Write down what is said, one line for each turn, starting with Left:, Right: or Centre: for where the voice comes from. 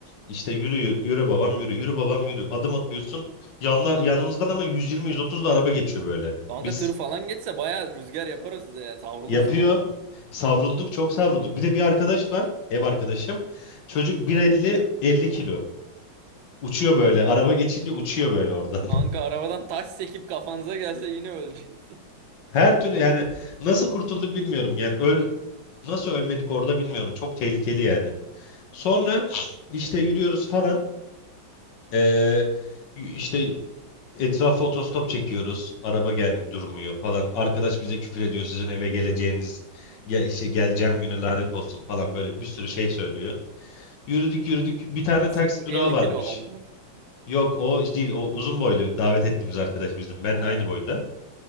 Left: İşte yürü yürü babam yürü yürü babam yürü adım atıyorsun. Yanlar, yanımızdan ama 120-130 da araba geçiyor böyle.
Right: Kanka
Left: Biz
Right: tır falan geçse baya rüzgar yapar o size ya. Savrulursun
Left: yapıyor
Right: orada.
Left: savrulduk çok savrulduk. Bir de bir arkadaş var ev arkadaşım. Çocuk 1.50 50 kilo. Uçuyor böyle araba geçince uçuyor böyle oradan.
Right: Kanka arabadan taş sekip kafanıza gelse yine öleceksiniz.
Left: Her türlü yani nasıl kurtulduk bilmiyorum. Yani öl nasıl ölmedik orada bilmiyorum. Çok tehlikeli yani. Sonra işte yürüyoruz falan. Ee, işte etrafa otostop çekiyoruz. Araba gel durmuyor falan. Arkadaş bize küfür ediyor. Sizin eve geleceğiniz gel, işte geleceğim güne lanet olsun falan böyle bir sürü şey söylüyor. Yürüdük yürüdük. Bir tane
Right: <laughs>
Left: taksi
Right: Bu
Left: durağı
Right: 50
Left: varmış.
Right: kilo olan mı?
Left: Yok o değil o uzun boylu davet ettiğimiz arkadaş bizim. Benle
Right: Ha.
Left: aynı boyda.